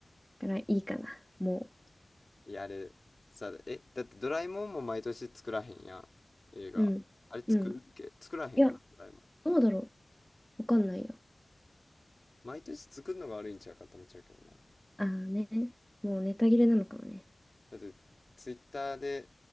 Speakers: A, in the centre; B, on the left (about 30°).
A: だからいいかな、も
B: いや、あれ、さ、え、だってドラえもんも毎年作らへんやん。映画。
A: う。うん。
B: あれ作るっけ作らへんよな、
A: うん。いや、
B: ドラえもん。
A: どうだろう。わかんないよ。
B: 毎年作るのが悪いんちゃうかと思っちゃうけどな。
A: ああね。もうネタ切れなのかもね。
B: だって、ツイッターで、